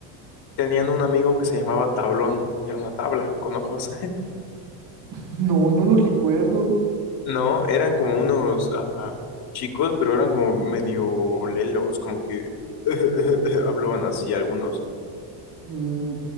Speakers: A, on the left; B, on the right.
A: Tenían un amigo que se llamaba Tablón y era una tabla con ojos. <laughs>
B: <laughs> No, no los recuerdo.
A: No, eran como unos ah, chicos, pero eran como medio lelos, como que <laughs> hablaban así algunos.
B: Mm,